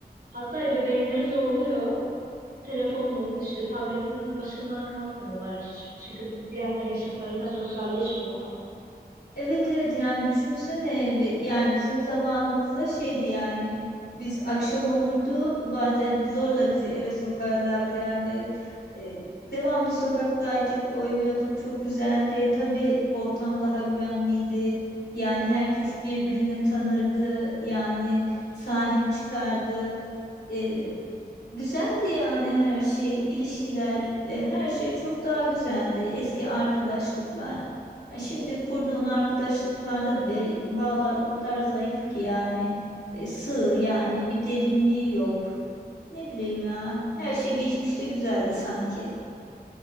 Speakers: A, on the right (about 75°); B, on the left (about 85°).
A: Hatta ebeveynleri zorluyor telefonun işte tabletin başından kalkmıyorlar. Hiç çıkıp diğer yaşıtlarıyla sosyalleşmiyorlar.
B: Evet evet yani düşünsene bi- yani bizim zamanımızda şeydi yani biz akşam olurdu bazen zorla bizi eve sokarlardı yani E, devamlı sokaktaydık oynuyorduk çok güzeldi tabii ortam daha güvenliydi yani herkes birbirini tanırdı yani sahip çıkardı E, Güzeldi yani her şey, ilişkiler, e, her şey çok daha güzeldi. Eski arkadaşlıklar. Ha, şimdi kurduğun arkadaşlıklarda bile bağlar o kadar zayıf ki yani e, sığ yani bir derinliği yok. Ne bileyim ya, her şey geçmişte güzeldi sanki.